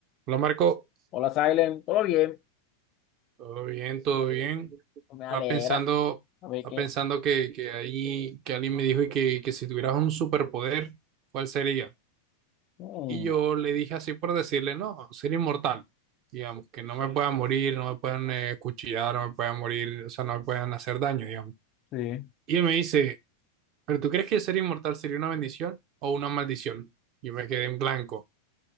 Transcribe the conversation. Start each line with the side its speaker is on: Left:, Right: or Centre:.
Right: Hola Marco,
Left: Hola, Silent. ¿Todo bien?
Right: todo bien, todo bien.
Left: Pues Me
Right: Estaba
Left: alegra.
Right: pensando,
Left: A ver
Right: estaba
Left: qué.
Right: pensando que, que ahí que alguien me dijo y que, que si tuvieras un superpoder, ¿cuál sería?
Left: Mm,
Right: Y yo le dije así por decirle, no, ser inmortal. Digamos, que no me puedan morir, no me puedan eh, cuchillar, no me puedan morir, o sea, no me puedan hacer daño, digamos.
Left: sí.
Right: Y él me dice, ¿pero tú crees que ser inmortal sería una bendición o una maldición? Yo me quedé en blanco. O